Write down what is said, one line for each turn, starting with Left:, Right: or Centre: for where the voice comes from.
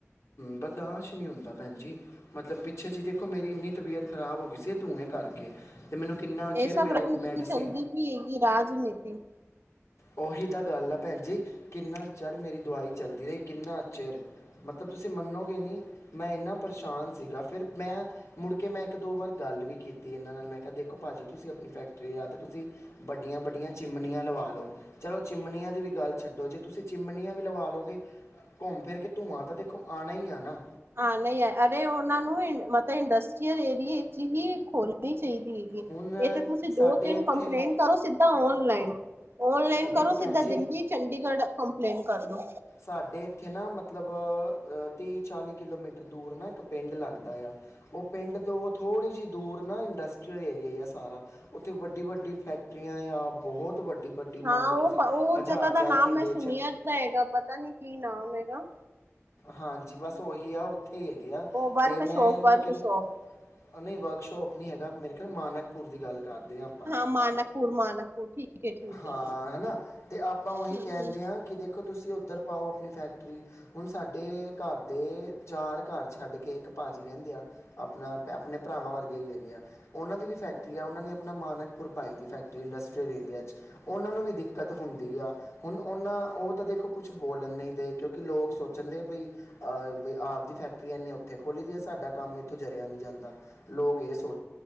Left: ਬਰਦਾਸ਼ਤ ਨੀ ਹੁੰਦਾ। ਭੈਣ ਜੀ ਮਤਲਬ ਪਿੱਛੇ ਜਿਹੀ ਦੇਖੋ ਮੇਰੀ ਇੰਨੀ ਤਬੀਅਤ ਖ਼ਰਾਬ ਹੋ ਗਈ ਸੀ ਧੂੰਏ ਕਰਕੇ ਤੇ ਮੈਨੂੰ ਕਿੰਨਾ ਚਿਰ
Right: ਇਹ ਸਭ
Left: ਮੇਰੇ
Right: ਰਾਜਨੀਤੀ
Left: ਮੈਡੀਸੀ
Right: ਚੱਲਦੀ ਪਈ ਹੈਗੀ ਰਾਜਨੀਤੀ
Left: ਉਹੀ ਤਾਂ ਗੱਲ ਆ ਪੈਣ ਜੀ ਕਿੰਨਾ ਚਿਰ ਮੇਰੀ ਦਵਾਈ ਚਲਦੀ ਰਹੀ, ਕਿੰਨਾ ਚਿਰ ਮਤਲਬ ਤੁਸੀਂ ਮੰਨੋਗੇ ਨੀ ਮੈਂ ਇਨਾ ਪਰੇਸ਼ਾਨ ਸੀਗਾ ਫਿਰ ਮੈਂ ਮੁੜਕੇ ਮੈਂ ਇੱਕ ਦੋ ਵਾਰ ਗੱਲ ਵੀ ਕੀਤੀ ਇਹਨਾਂ ਨਾਲ ਮੈਂ ਕਿਹਾ ਦੇਖੋ ਪਾਜੀ ਤੁਸੀਂ ਫੈਕਟਰੀਆਂ ਯਾਂ ਤੇ ਤੁਸੀਂ ਬੱਡੀਆਂ-ਬੱਡੀਆਂ ਚਿਮਨੀਆਂ ਲਵਾ ਲਓ ਚਲੋ ਚਿਮਨੀਆਂ ਦੀ ਵੀ ਗੱਲ ਛੱਡੋ ਜੇ ਤੁਸੀਂ ਚਿਮਨੀਆਂ ਵੀ ਲਵਾ ਲਓਗੇ ਘੁੰਮ ਫਿਰ ਕੇ ਧੂੰਆਂ ਤਾਂ ਦੇਖੋ ਆਣਾ ਹੀ ਆਣਾ।
Right: ਹਾਂ ਨਹੀਂ ਅਰੇ ਉਹਨਾਂ ਨੂੰ ਮਤਲਬ ਇੰਡਸਟਰੀਅਲ ਏਰੀਏ ਚ ਹੀ ਖੋਲਣੀ ਚਾਹੀਦੀ ਹੈਗੀ
Left: ਹੁਣ
Right: ਇਹ ਤਾਂ ਤੁਸੀਂ
Left: ਸਾਡੇ
Right: ਦੋ ਤਿੰਨ
Left: ਇੱਥੇ
Right: ਕੰਪਲੇਂਟ ਕਰੋ ਸਿੱਧਾ ਓਲਾਇਨ ਓਨਲਾਇਨ
Left: ਅ, ਦੇਖੋ
Right: ਕਰੋ
Left: ਭੈਣ
Right: ਸਿੱਧਾ
Left: ਜੀ
Right: ਦਿੱਲੀ ਚੰਡੀਗੜ੍ਹ ਕੰਪਲੇਨ ਕਰਦੋ
Left: ਸਾਡੇ ਇੱਥੇ ਨਾ ਮਤਲਬ ਤੀਹ-ਚਾਲੀ ਕਿਲੋਮੀਟਰ ਦੂਰ ਨਾ ਇੱਕ ਪਿੰਡ ਲੱਗਦਾ। ਉਹ ਪਿੰਡ ਤੋਂ ਥੋੜ੍ਹੀ ਜਿਹੀ ਦੂਰ ਨਾ ਇੰਡਸ ਇੰਡਸਟਰਿਯਲ ਏਰੀਆ ਹੀ ਸਾਰਾ ਉੱਥੇ ਵੱਡੀ-ਵੱਡੀ ਫੈਕਟਰੀਆਂ ਬਹੁਤ ਵੱਡੀ। ਵੱਡੀ
Right: ਹਾਂ
Left: ਮੰਨ ਲਓ
Right: ਉਹ-ਉਹ
Left: ਤੁਸੀਂ ਹਜ਼ਾਰ
Right: ਜਗ੍ਹਾ
Left: ਹਜ਼ਾਰ
Right: ਦਾ ਨਾਮ
Left: ਕਿੱਲੇ
Right: ਮੈਂ ਸੁਣਿਆ
Left: ਚ
Right: ਤਾਂ ਹੈਗਾ। ਪਤਾ ਨੀ ਕੀ ਨਾਮ ਹੈਗਾ?
Left: ਹਾਂਜੀ ਬਸ ਉਹੀ ਆ ਉੱਥੇ ਹੀ ਹੈਗੇ ਆ
Right: ਉਹ ਵਰਕ
Left: ਤੇ ਮੈਂ
Right: ਸ਼ੋਪ
Left: ਇਹਨਾਂ
Right: ਵਰਕ
Left: ਕਿਨ
Right: ਸ਼ੋਪ
Left: ਨਹੀਂ ਵਰਕਸ਼ੋਪ ਨਹੀਂ ਹੈਗਾ ਮੇਰੇ ਖਿਆਲ ਮਾਨਕਪੁਰ ਦੀ ਗੱਲ ਕਰਦੇ ਹਾਂ ਆਪਾਂ
Right: ਮਾਨਕਪੁਰ ਮਾਨਕਪੁਰ ਠੀਕ ਹੈ ਠੀਕ
Left: ਹਾਂ
Right: ਹੈ
Left: ਹਨਾ ਤੇ ਆਪਾਂ ਉਹੀ
Right: ਠੀਕ
Left: ਕਹਿੰਦੇ
Right: ਹੈ
Left: ਹਾਂ। ਕਿ ਦੇਖੋ ਤੁਸੀਂ ਉੱਧਰ ਪਾਓ ਆਪਣੀ ਫੈਕਟਰੀ ਹੁਣ ਸਾਡੇ ਘਰ ਦੇ ਚਾਰ ਘਰ ਛੱਡ ਕੇ ਇੱਕ ਪਾਜੀ ਰਹਿੰਦੇ ਆ ਆਪਣਾ ਆਪਣੇ ਭਰਾ ਭਰਾਵਾਂ ਵਰਗੇ ਹੀ ਹੈਗੇ ਆ। ਉਹਨਾਂ ਦੀ ਵੀ ਫੈਕਟਰੀ
Right: ਹਾਂਜੀ
Left: ਆ। ਉਹਨਾਂ ਨੇ ਆਪਣਾ ਮਾਨਕਪੁਰ ਪਾਈ ਤੀ ਫੈਕਟਰੀ, ਇੰਡਸਟਰੀਅਲ ਏਰੀਆ ਚ। ਉਹਨਾਂ ਨੂੰ ਵੀ ਦਿੱਕਤ ਹੁਣ ਹੁੰਦੀ ਆ। ਹੁਣ ਉਹਨਾਂ ਉਹ ਤਾਂ ਦੇਖੋ ਕੁਛ ਬੋਲਣ ਨਹੀਂ ਦੇ, ਕਿਉਂਕਿ ਲੋਕ ਸੋ ਚੰਲੇ ਬਈ, ਅ ਬਈ, ਆਪਦੀ ਫੈਕਟਰੀੱ ਐਨੇ ਔ ਦੇਖੋਲੀ ਜੀ, ਸਾਡਾ ਕੰਮ ਇੱਥੋਂ ਜਰਿਆ ਨੀ ਜਾਂਦਾ। ਲੋਕ ਇਹ ਸੋ